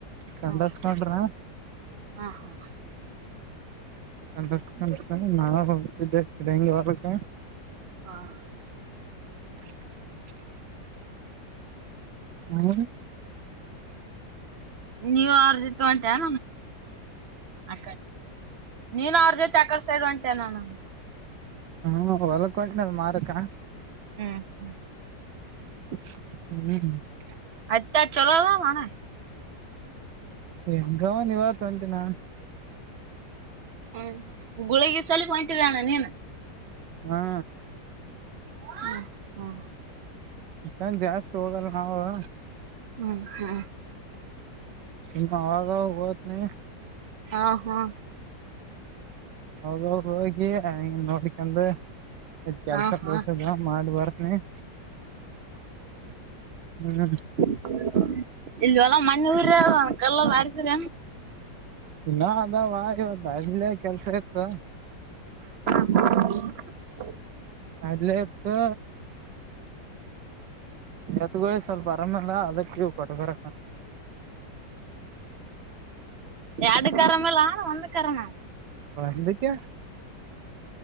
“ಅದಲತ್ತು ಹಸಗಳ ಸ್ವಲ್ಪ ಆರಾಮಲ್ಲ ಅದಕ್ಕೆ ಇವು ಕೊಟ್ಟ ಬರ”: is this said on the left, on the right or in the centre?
Right